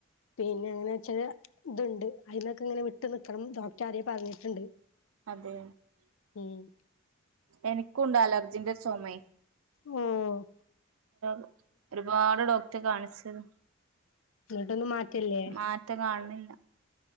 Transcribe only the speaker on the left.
പിന്നെ അങ്ങനെ വെച്ചല് ഇതുണ്ട് അയിനൊക്കെ ഇങ്ങനെ വിട്ട് നിക്കണം ന്ന് ഡോക്ടർ ആദ്യെ പറഞ്ഞിട്ടുണ്ട്
ഉം
ഉം
എന്നിട്ടൊന്ന് മാറ്റല്ലേ